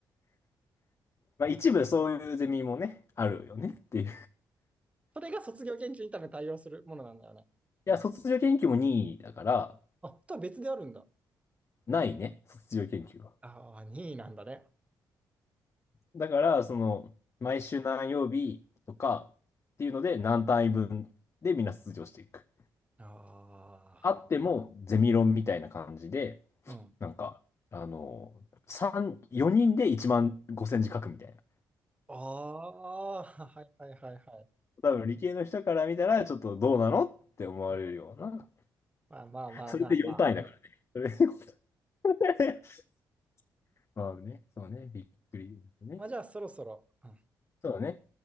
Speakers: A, on the left; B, on the right.
A: まあ一部そういうゼミもね、あるよねっていう。
B: それが卒業研究に多分対応するものなんだよね。
A: いや、卒業研究も任意だから、
B: あ、とは別であるんだ。
A: ないね、卒業研究は。
B: ああ、任なんだね。
A: だから、その、毎週何曜日とかっていうので、何単位分でみんな卒業していく。
B: あ
A: あっても、ゼミ論みたいな感じで、
B: あ、うん。
A: なんか、あの、3、4人で1万5千字書くみたいな。
B: ああ、はいはいはいはい。
A: 多分理系の人から見たら、ちょっとどうなのって思われるような。
B: まあまあまあまあまあ。
A: それで4単位だからね。それでよん単位 <laughs> まあね、そうね、びっくりね。
B: まあじゃあそろそろ、うん
A: そうね。